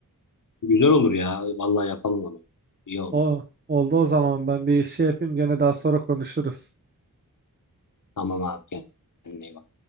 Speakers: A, on the left; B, on the right.
A: Güzel olur ya. Vallahi yapalım onu. İyi oldu.
B: O, oldu o zaman ben bir şey yapayım gene daha sonra konuşuruz.
A: Tamam abi. Kendine iyi bak.